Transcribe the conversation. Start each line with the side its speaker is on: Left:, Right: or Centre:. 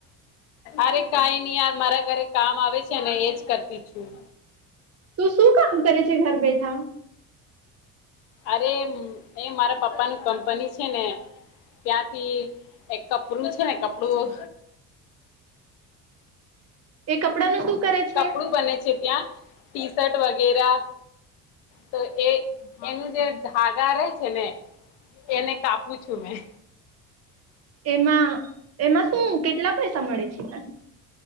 Left: અરે કઈ નઈ યાર મારા ઘરે કામ આવે છે એજ કરતી છું
Right: તું શું કામ કરે છે ઘર બેઠા
Left: અરે એ મારા પપ્પા નું કંપની છે ને ત્યાંથી એક કપડું છે ને કપડું
Right: એ કપડાનું શું કરે
Left: કપડું
Right: છે
Left: બને છે ત્યાં ટી શર્ટ વગેરા તો એ એનું જે ધાગા રે છે ને એને કાપું છું મેં
Right: એમાં એમાં શું કેટલા પૈસા મળે છે તને